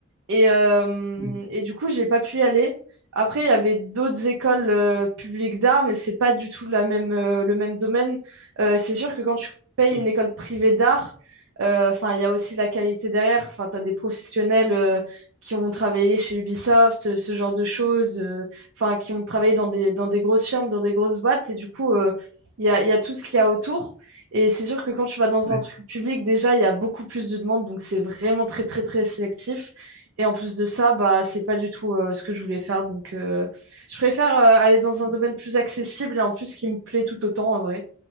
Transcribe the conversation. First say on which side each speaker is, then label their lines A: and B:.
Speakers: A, on the right; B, on the right.
A: Et, euh,
B: Mm,
A: et du coup, j'ai pas pu y aller. Après, il y avait d'autres écoles euh, publiques d'art, mais c'est pas du tout la même, euh, le même domaine. Euh, c'est sûr que quand tu payes
B: d'accord,
A: une école privée d'art, euh, enfin, il y a aussi la qualité derrière. Enfin, tu as des professionnels euh, qui ont travaillé chez Ubisoft, euh, ce genre de choses, euh, enfin, qui ont travaillé dans des, dans des grosses firmes, dans des grosses boîtes. Et du coup, euh, il y a, il y a tout ce qu'il y a autour. Et c'est sûr que quand tu vas dans
B: ouais,
A: un truc public, déjà, il y a beaucoup plus de demandes, donc c'est vraiment très, très, très sélectif. Et en plus de ça, bah, c'est pas du tout euh, ce que je voulais faire. Donc, euh, je préfère euh, aller dans un
B: ouais,
A: domaine plus accessible et en plus qui me plaît tout autant en vrai.